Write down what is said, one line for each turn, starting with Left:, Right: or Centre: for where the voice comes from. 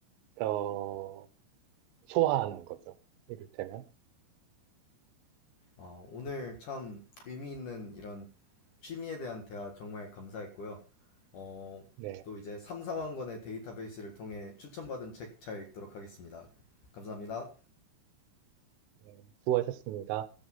Right: 어, 소화하는 거죠. 이를테면.
Left: 어, 오늘 참 의미 있는 이런 취미에 대한 대화 정말 감사했고요. 어,
Right: 네,
Left: 또 이제 삼삼만 권의 데이터베이스를 통해 추천받은 책 잘 읽도록 하겠습니다. 감사합니다.
Right: 네, 수고하셨습니다.